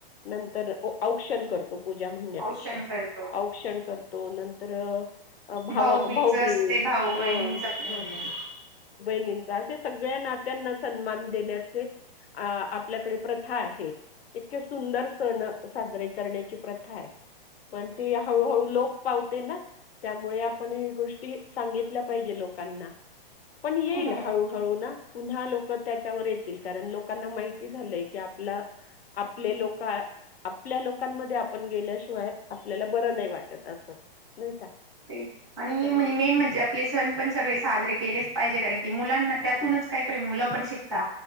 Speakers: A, on the left; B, in the centre.
A: नंतर औक्षण करतो. पूजा म्हणण्यापेक्षा
B: औषण करतो
A: औक्षण करतो. तो नंतर तर भावा
B: भाऊ बीज
A: भाऊबीज
B: असते भाऊ बहिणींच
A: हा
B: पण
A: हा. असे सगळ्या नात्यांना सन्मान देण्याचे आपल्याकडे प्रथा आहे इतके सुंदर सण साजरे करण्याची प्रथा आहे पण ती हळूहळू लोप पावते ना. त्यामुळे आपण ह गोष्टी सांगितल्या पाहिजे लोकांना. पण येईल
B: हो
A: हळूहळू ना पुन्हा लोक त्याच्यावर कारण लोकांना माहिती झालंय की आपला आपले लोक आपल्या लोकांमध्ये आपण गेल्याशिवाय आपल्याला बरं नाही वाटत असं. नाही का
B: ते आणि
A: त्यामुळे
B: मेन म्हणजे आपले सण पण सगळे साजरे केलेच पाहिजे कारण की मुलांना त्यातूनच काहीतरी मुलं पण शिकता.